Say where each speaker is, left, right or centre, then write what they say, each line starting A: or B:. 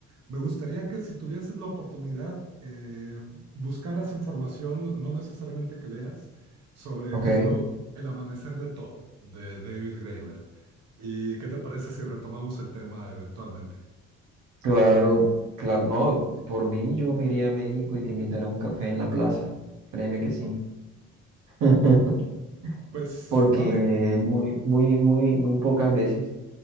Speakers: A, on the right; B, on the right.
A: Me gustaría que si tuvieses la oportunidad, eh, buscaras información, no necesariamente que leas, sobre
B: Ok,
A: el libro El amanecer de todo, de David Graeber. ¿Y qué te parece si retomamos el tema eventualmente?
B: claro, claro. No, por mí yo me iría a México y te invitaré a un café en la plaza. Créeme que sí. <laughs>
A: Pues
B: Porque
A: vale,
B: muy, muy, muy, muy pocas veces